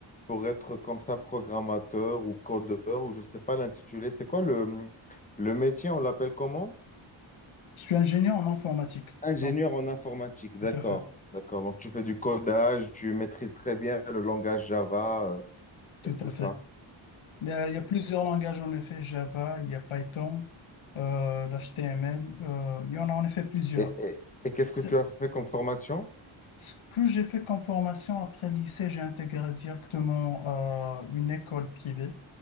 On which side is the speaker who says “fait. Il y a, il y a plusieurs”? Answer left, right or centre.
Left